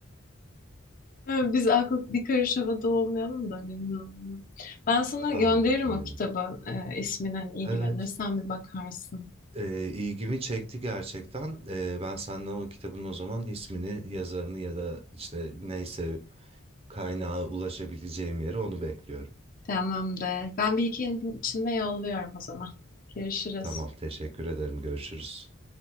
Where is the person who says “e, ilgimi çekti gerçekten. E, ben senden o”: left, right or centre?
Right